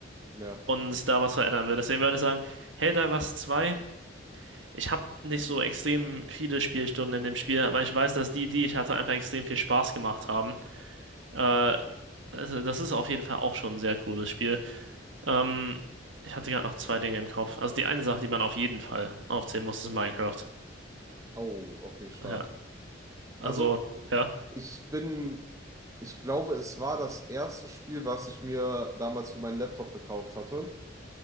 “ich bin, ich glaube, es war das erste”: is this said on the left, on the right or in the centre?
Right